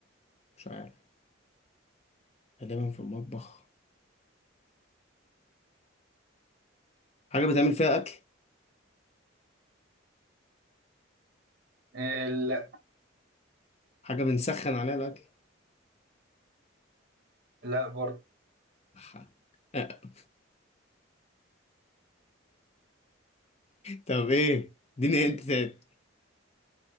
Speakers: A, on the left; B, on the right.
A: مش عارف غالبا في المطبخ حاجة بتعمل فيها أكل
B: آه، لا
A: حاجة بنسخن عليها الأكل
B: لا برضه
A: أح. <laughs> طب ايه اديني هنت تاني